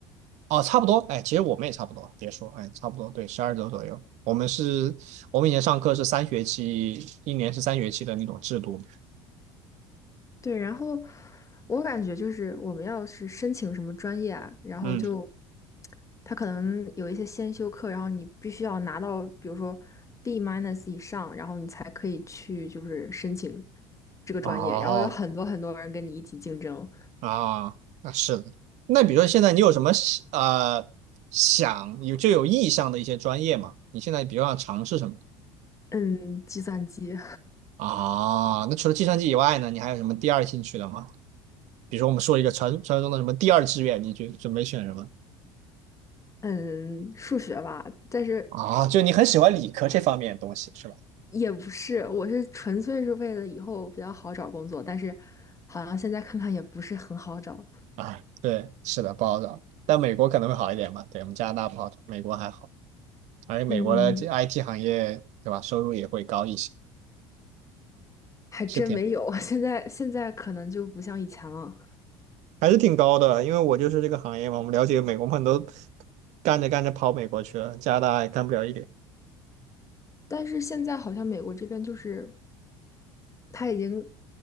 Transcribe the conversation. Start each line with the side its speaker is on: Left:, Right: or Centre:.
Right: 哦，差不多，哎，其实我们也差不多，别说，哎，差不多，对，十二周左右。我们是，我们以前上课是三学期，一年是三学期的那种制度。
Left: 对，然后我感觉就是我们要是申请什么专业啊，然后就
Right: 嗯，
Left: 他可能有一些先修课，然后你必须要拿到，比如说 B minus 以上，然后你才可以去就是申请这个专业，
Right: 哦，
Left: 然后有很多很多人跟你一起竞争，
Right: 啊，那是的。那比如说现在你有什么喜呃想有就有意向的一些专业吗？你现在比如想尝试什么？
Left: 嗯，计算机，
Right: 啊，那除了计算机以外呢，你还有什么第二兴趣的吗？比如说我们说一个传传说中的什么第二志愿，你就准备选什么？
Left: 嗯，数学吧，但是
Right: 啊，就你很喜欢理科这方面的东西是吧？
Left: 也不是，我是纯粹是为了以后比较好找工作，但是好像现在看看也不是很好找，
Right: 啊，对，是的，不好找。但美国可能会好一点吧？对，我们加拿大不好找，美国还好。而且美国的这
Left: 嗯，
Right: IT 行业，对吧？收入也会高一些，
Left: 还真没有，
Right: 是挺
Left: <laughs> 现在现在可能就不像以前了。
Right: 还是挺高的。因为我就是这个行业嘛，我们了解美国朋友都干着干着跑美国去了，加拿大也干不了一点。
Left: 但是现在好像美国这边就是它已经